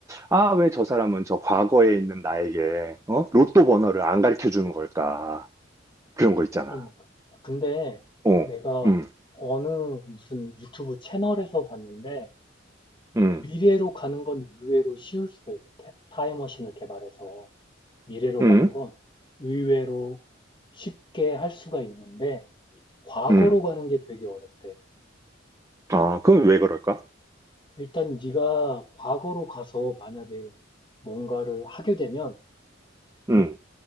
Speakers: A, on the right (about 15°); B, on the left (about 25°).
A: 아 왜 저 사람은 저 과거에 있는 나에게 어? 로또 번호를 안 가르쳐 주는 걸까 그런 거 있잖아.
B: 그러니까. 근데
A: 어,
B: 내가
A: 음,
B: 어느 무슨 유튜브 채널에서 봤는데
A: 음,
B: 미래로 가는 건 의외로 쉬울 수가 있대. 타- 타임머신을 개발해서 미래로
A: 음,
B: 가는 건 의외로 쉽게 할 수가 있는데 과거로
A: 음.
B: 가는 게 되게 어렵대.
A: 아, 그건 왜 그럴까?
B: 일단 네가 과거로 가서 만약에 뭔가를 하게 되면
A: 음,
B: 응?